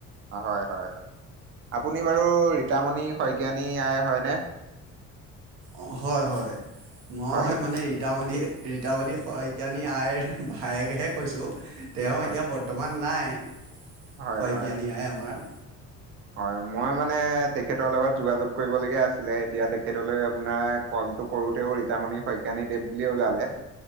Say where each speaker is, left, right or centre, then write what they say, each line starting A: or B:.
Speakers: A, on the right; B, on the right.
A: হয়, হয়, হয়, আপুনি বাৰু ৰীতামণি শইকীয়ানী আই হয়নে?
B: অ', হয়, হয়, মই
A: হয়
B: মানে ৰীতামণি ৰীতাৱনি শইকীয়ানী আইৰ ভায়েকেহে কৈছো তেওঁ
A: হয়
B: এতিয়া বৰ্তমান নাই
A: হয়
B: শইকীয়ানী
A: হয়
B: আই আমাৰ।
A: হয়, মই মানে তেখেতৰ লগত যোগাযোগ কৰিবলগীয়া আছিলে এতিয়া তেখেতলৈ আপোনাৰ কলটো কৰোতেও ৰীতামণি শইকানী দেৱ বুলিয়ে ওলালে।